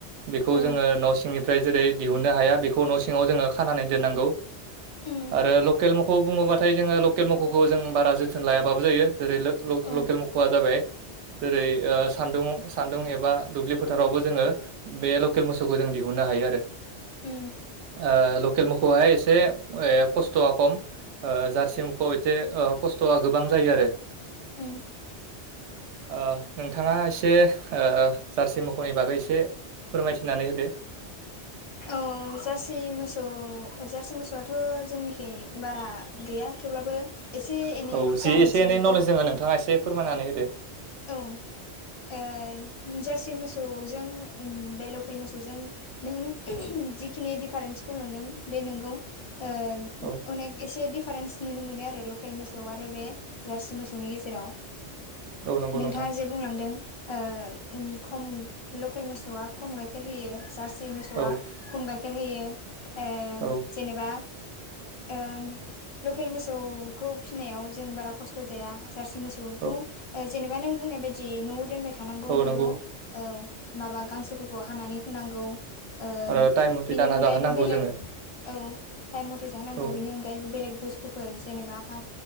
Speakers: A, on the right; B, on the left.
A: बेखौ
B: औ
A: जोङो न' सिंनि। फ्राय जेरै दिहुननो हाया बेखौ न' सिङाव जोङो खानानै दोननांगौ।
B: उम
A: आरो लकेल मोखौ बुङोबाथाय। जोङो लकेल मोखौखौ जों बारा जोथोन लायाबाबो जायो जेरै लोक ल
B: औ
A: लकेल मोख'वआ जाबाय। जेरै ओ सान्दुं सान्दुं एबा दुब्लि फोथारावबो जोङो। बे लकेल मोसौखौ जों दिहुननो हायो आरो
B: उम
A: ओ लक खेल मोखौआहाय एसे ए खस्थ'आ खम। ओ जारसि मुखौ एथे ओ खस्थ'आ गोबां जायो आरो।
B: उम
A: ओ नोंथाङा एसे ओ जार्सि मोखौनि बागै एसे। फोरमायथिनानै होदो।
B: औ। औ जारसि मोसौ जारसि मोसौआथ' जोंनिखि बारा गैया थेवब्लाबो। एसे एनै
A: औ जि
B: जा मिथिया
A: एसे एनै
B: बेखौ।
A: नलेज दोङो नोंथाङा एसे फोरमायनानै होदो
B: औ ओ जार्सि मोसौजों बे लकेल मोसौजों। नों जिखिनि दिफारेन्सखौ नुदों बे नोंगौ। ओ
A: औ
B: अनेक एसे दिफारेन्स। नुनो मोनो आरो लकेल मोसौ आरो बे जार्सि मोसौनि गेजेराव।
A: औ नंगौ
B: नोंथाङा
A: नोंथां
B: जे बुंलांदों। ओ उम खम लकेल मोसौआ खम गाइखेर होयो जार्सि मोसौआ।
A: औ
B: खम गाइखेर होयो ओ
A: औ
B: जेनेबा। ओम लकेल मोसौ खौ फिसिनायाव जों बारा खस्थ' जाया। जारसि मोसौखौ
A: औ
B: ओ जेनेबा नों बुंनाय बायदि न'आव दोनबाय। थानांगौ
A: औ
B: नोंगौ
A: नंगौ
B: औ माबा गांसोफोरखौ हानानै होनांगौ। ओम
A: आरो टाइम मथे
B: बिनि
A: दाना
B: अनगायैबो
A: जाहोनांगौ
B: बेलेग
A: जोङो
B: औ थाइम मथे जाहोनांगौ
A: औ
B: बिनि अनग गायैबो बेलेग बुस्थुफोर जेनेबा हा